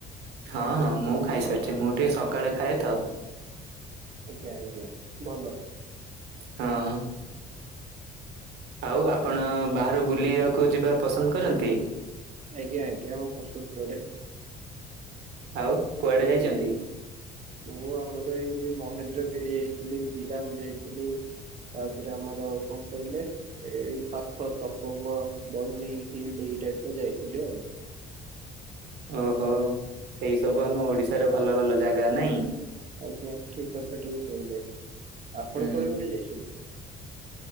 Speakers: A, on the right; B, on the right.
A: ହଁ ହଁ ମୁଁ ଖାଇସାରିଚି ମୁଁ ଟିକେ ସକାଳେ ଖାଏ ତ।
B: ଆଜ୍ଞା ଆଜ୍ଞା ଭଲ।
A: ହଁ। ଆଉ ଆପଣ ବାହାରୁ ବୁଲିବାକୁ ଯିବା ପସନ୍ଦ କରନ୍ତି?
B: ଆଜ୍ଞା ଆଜ୍ଞା ମୁଁ ପସନ୍ଦ କରେ।
A: ଆଉ କୁଆଡ଼େ ଯାଇଚନ୍ତି?
B: ମୁଁ ଆମର ଏଇ ମହେନ୍ଦ୍ରଗିରି ଯାଇଥିଲି ଜିରାଙ୍ଗ୍ ଯାଇଥିଲି। ତାପରେ ଆମର କଁ କହିଲେ ଏଇ ପାଖ ତପଙ୍ଗ ବରୁଣେଇ ହିଲ୍ ଏଇ ଟାଇପ୍ ର ଯାଇଥିଲି ଆଉ।
A: ଓହୋ ସେଇ ସବୁ ଆମ ଓଡ଼ିଶାର ଭଲ ଭଲ ଜାଗା, ନାଇଁ?
B: ଆଜ୍ଞା ଠିକ୍ କଥା ଟିଏ କହିଲେ। ଆପଣ
A: ହୁଁ।
B: କୁଆଡ଼େ କୁଆଡ଼େ ଯାଇଛନ୍ତି?